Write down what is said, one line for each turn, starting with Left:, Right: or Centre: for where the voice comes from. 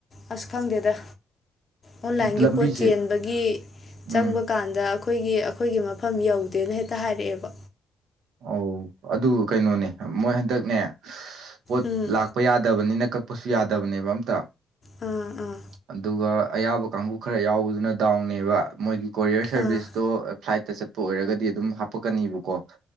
Left: ꯑꯁ ꯈꯪꯗꯦꯗ ꯑꯣꯟꯂꯥꯢꯟꯒꯤ
Right: ꯂꯝꯕꯤꯁꯦ
Left: ꯄꯣꯠ ꯆꯦꯟꯕꯒꯤ
Right: ꯎꯝ
Left: ꯆꯪꯕ ꯀꯥꯟꯗ ꯑꯩꯈꯣꯢꯒꯤ ꯑꯩꯈꯣꯢꯒꯤ ꯃꯐꯝ ꯌꯧꯗꯦꯅ ꯍꯦꯛꯇ ꯍꯥꯢꯔꯦꯑꯦꯕ꯫
Right: ꯑꯧ ꯑꯗꯨ ꯀꯩꯅꯣꯅꯦ ꯃꯣꯢ ꯍꯟꯗꯛꯅꯦ ꯄꯣꯠ
Left: ꯎꯝ
Right: ꯂꯥꯛ ꯄ ꯌꯥꯗꯕꯅꯤꯅ ꯀꯛꯄꯁꯨ ꯌꯥꯗꯕꯅꯦꯕ ꯑꯝꯇ
Left: ꯑꯥ ꯑꯥ
Right: ꯑꯗꯨꯒ ꯑꯌꯥꯕ ꯀꯥꯡꯒꯨ ꯈꯔ ꯌꯥꯎꯕꯗꯨꯅ ꯗꯥꯎꯅꯦꯕ ꯃꯣꯢꯒꯤ ꯀꯣꯔꯤꯌꯔ ꯁꯔꯚꯤꯁꯇꯣ
Left: ꯑꯥ
Right: ꯐ꯭ꯂꯥꯏꯠꯇ ꯆꯠꯄ ꯑꯣꯢꯔꯒꯗꯤ ꯑꯗꯨꯝ ꯍꯥꯄꯛꯀꯅꯤꯕꯀꯣ